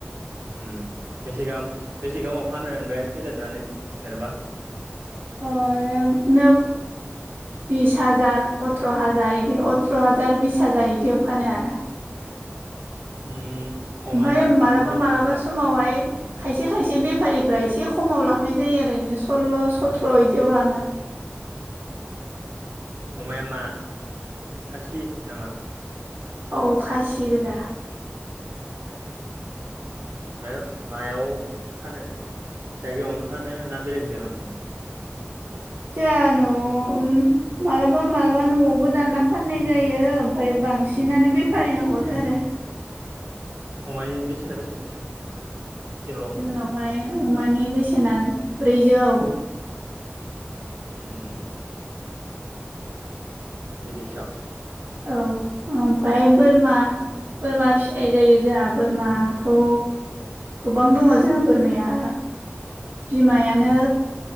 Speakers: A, on the right; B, on the right.
A: ओ बेसे गाह बेसे गाहाव फानो होनबाय फेदेरनानै देरबा
B: अए नोब बिस हाजार अथ्र' हाजार इदि अथ्र' हाजार बिस हाजार इदियाव फानो आरो
A: उम अमाया
B: ओमफाय मालाबा-मालाबा
A: बुन्दि ना बुन्दा
B: समावहाय खायसे-खायसे बेफारिफ्रा एसे खमाव लांनाय जायो आरैनो सल्ल' सथ्र' इदियाव लाङो
A: अमाया मा खासि नामा?
B: औ खासि गोजा।
A: ना ओ मायाव फानो जायगायावनो फानो ना बेलेगनिफ्राय लांफायो?
B: जों न'आव उम मालाबा मालाबा न'आवबो दानना फाननाय जायो ओमफफ्राय बांसिनानो बेफारिनो हरो आरो
A: अमानि बेसेना बेसेबां नोंसिनाव किल'
B: जोंनावहाय अमानि बेसेना ब्रैजौ
A: उम बिदेसा
B: औ ओमफ्राय बोरमा बोरमा फिनाय जायो जोंहा बोरमाखौ गोबां दङ जोंहा बोरमाया बिमायानो